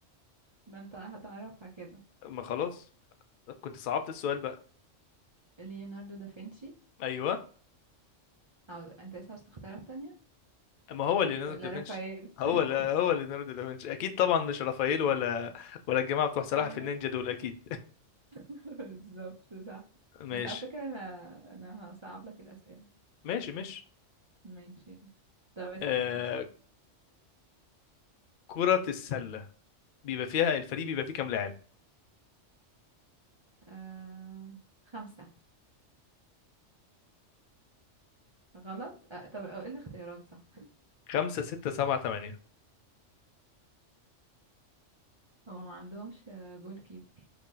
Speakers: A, on the right; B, on the left.
A: ما انت هتعرفها كده
B: ما خلاص كنت صعبت السؤال بقى
A: ليوناردو دافنشي
B: ايوه
A: او انت لسه عايز تختارات تانية
B: ما هو ليوناردو
A: ولا
B: دافنشي
A: رافائيل
B: هو لا
A: <laughs>
B: هو ليوناردو دافنشي اكيد طبعا مش رافائيل ولا ولا الجماعه بتوع سلاحف
A: ايوه
B: النينجا دول اكيد
A: <laughs> بالظبط صح
B: <laughs> ماشي
A: بس على فكرة انا انا هصعب لك الأسئلة
B: ماشي ماشي
A: ماشي ده بسأل
B: آه
A: يلا
B: كرة السلة بيبقى فيها الفريق بيبقى فيه كام لاعب
A: آه... خمسة غلط آه... طب ايه الاختيارات صح
B: خمسة ستة سبعة تمانية
A: هو ما عندهمش آه، جول كيبر